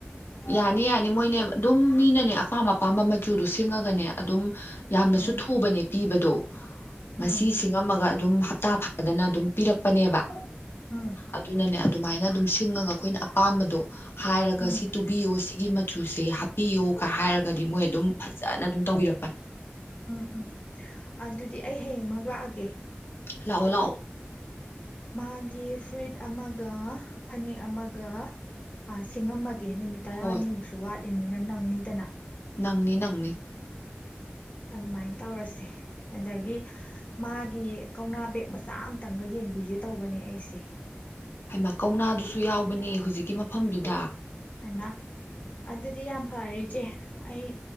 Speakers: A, on the left; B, on the left.
A: ꯌꯥꯅꯤ ꯌꯥꯅꯤ ꯃꯣꯏꯅꯦ ꯑꯗꯨꯝ ꯃꯤꯅꯅꯦ ꯑꯄꯥꯝ ꯑꯄꯥꯝꯕ ꯃꯆꯨꯗ ꯁꯤꯡꯉꯒꯅꯦ ꯑꯗꯨꯝ ꯌꯥꯝꯅꯁꯨ
B: ꯎꯝ
A: ꯊꯨꯕꯅꯦ ꯄꯤꯕꯗꯣ
B: ꯎꯝ
A: ꯉꯁꯤ ꯁꯤꯡꯉꯝꯃꯒ ꯑꯗꯨꯝ ꯍꯞꯇꯥ ꯐꯗꯅ ꯑꯗꯨꯝ ꯄꯤꯔꯛꯄꯅꯦꯕ
B: ꯎꯝ
A: ꯑꯗꯨꯅꯅꯦ ꯑꯗꯨꯃꯥꯏꯅ ꯑꯗꯨꯝ ꯊꯤꯡꯉꯒ ꯑꯩꯈꯣꯒ ꯑꯄꯥꯝꯕꯗꯣ ꯍꯥꯏꯔꯒ
B: ꯎꯝ
A: ꯁꯤ ꯇꯨꯕꯤꯌꯣ ꯁꯤꯒꯤ ꯃꯆꯨꯁꯦ ꯍꯥꯞꯄꯤꯌꯣꯒ ꯍꯥꯏꯔꯒꯗꯤ ꯃꯣꯏ ꯑꯗꯨꯝ ꯐꯖꯅ ꯑꯗꯨꯝ ꯇꯧꯕꯤꯔꯛꯄꯅꯤ
B: ꯎꯝ ꯎꯝ ꯑꯗꯨꯗꯤ ꯑꯩ ꯍꯌꯦꯡꯃꯛ ꯂꯥꯛꯑꯒꯦ
A: ꯂꯑꯣ ꯂꯑꯣ
B: ꯃꯥꯒꯤ ꯐꯨꯏꯠ ꯑꯃꯒ ꯐꯅꯦꯛ ꯑꯃꯒ ꯍꯥ ꯁꯤꯡꯉꯝꯃꯒꯦ ꯅꯨꯃꯤꯠ ꯇꯔꯥꯅꯤꯃꯨꯛꯁꯨ
A: ꯍꯣꯏ
B: ꯋꯥꯠꯂꯤꯕꯅꯤꯅ ꯅꯪꯅꯤ ꯗꯅꯥ
A: ꯅꯪꯅꯤ ꯅꯪꯅꯤ
B: ꯑꯗꯨꯃꯥꯏꯅ ꯇꯧꯔꯁꯦ ꯑꯗꯒꯤ ꯃꯥꯒꯤ ꯀꯧꯅꯥ ꯕꯦꯛ ꯃꯆꯥ ꯑꯃ ꯇꯪꯒ ꯌꯦꯡꯕꯤꯒꯦ ꯇꯧꯕꯅꯤ ꯑꯩꯁꯦ
A: ꯍꯥꯏꯃ ꯀꯧꯅꯥꯗꯨꯁꯨ ꯌꯥꯎꯕꯅꯦ ꯍꯧꯖꯤꯛꯀꯤ ꯃꯐꯝꯗꯨꯗ
B: ꯍꯥꯏꯃ ꯑꯗꯨꯗꯤ ꯌꯥꯝ ꯐꯔꯦ ꯏꯆꯦ ꯑꯩ